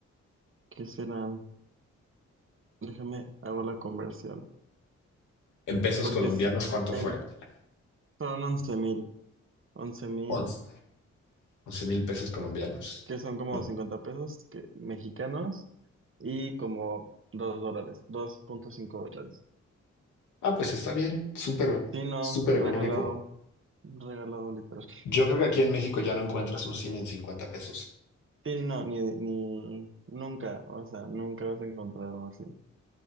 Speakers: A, on the right; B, on the left.
A: ¿qué serán? Déjame, hago la conversión,
B: En pesos
A: porque
B: colombianos,
A: es,
B: ¿cuánto
A: en-
B: fue?
A: fueron 11 mil, once mil.
B: 11, 11 mil pesos colombianos.
A: que son como
B: No.
A: 50 pesos que, mexicanos y como 2 dólares, dos punto cinco dólares.
B: Ah, pues está bien, súper,
A: Sí, no,
B: súper
A: regalado,
B: económico.
A: regalado literal.
B: Yo creo que aquí en México ya no encuentras un cine en 50 pesos.
A: Sí, no, ni, ni nunca, o sea, nunca vas a encontrar algo así.